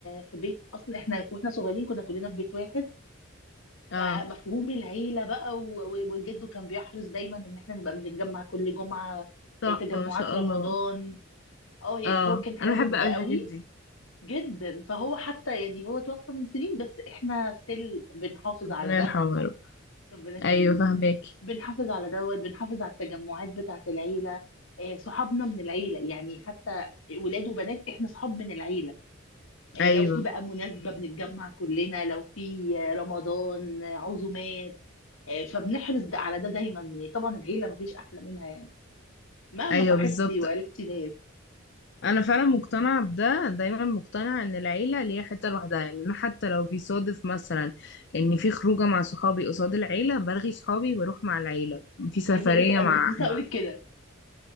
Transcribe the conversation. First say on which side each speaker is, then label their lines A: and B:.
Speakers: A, on the left; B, on the left.
A: في بيت اصلا احنا واحنا صغيرين كنا كلنا في بيت واحد
B: اه
A: فمفهوم العيله بقى و- و- وجده كان بيحرص دايما ان احنا نبقى بنتجمع كل جمعه
B: تحفة
A: آه، تجمعات
B: ما شاء
A: رمضان
B: الله
A: اه يعني
B: اه
A: هو كان حابب
B: انا بحب اوي
A: ده قوي
B: الحاجات دي
A: جدا فهو حتى يعني هو توفى من سنين بس احنا ستيل بنحافظ
B: ربنا
A: على ده
B: يرحمه يا رب
A: ربنا يخليكي
B: ايوه فاهمك
A: بنحافظ على دوت بنحافظ على التجمعات بتاعة العيلة آه، صحابنا من العيلة يعني حتى ولاد وبنات احنا صحاب من العيلة آه،
B: ايوه
A: لو في بقى مناسبة بنتجمع كلنا لو في آه، رمضان آه، عزومات آه، فبنحرص ده- على ده دايما يعني طبعا العيلة مفيش أحلى منها يعني مهما
B: ايوه
A: صاحبتي
B: بالظبط
A: وعرفتي ناس
B: انا فعلا مقتنعه بده دايما مقتنعه ان العيله ليها حته لوحدها يعني انا حتى لو بيصادف مثلا ان في خروجه مع صحابي قصاد العيله برغي صحابي واروح مع العيله في سفريه
A: عايزة أقول لك أنا
B: مع
A: كنت لسه
B: مع
A: أقول لك كده